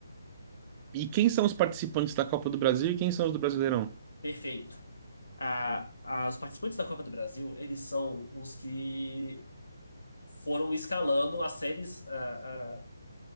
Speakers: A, on the right (about 20°); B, on the left (about 80°).
A: E quem são os participantes da Copa do Brasil e quem são os do Brasileirão?
B: Perfeito. A, a- os participantes da Copa do Brasil, eles são os que foram escalando as séries, a- a-